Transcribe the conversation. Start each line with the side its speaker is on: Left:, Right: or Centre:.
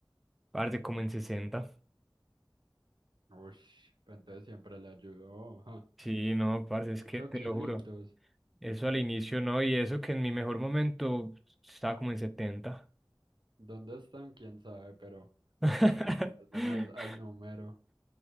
Centre: Parce, como en sesenta
Right: Uy, pero entonces siempre le ayudó. ja.
Centre: Sí, no, parce, es
Right: Ocho
Centre: que te
Right: kilitos.
Centre: lo juro. Eso al inicio no, y eso que en mi mejor momento estaba como en setenta
Right: ¿Dónde están? Quién sabe, pero
Centre: <laughs>
Right: bueno, al menos hay número.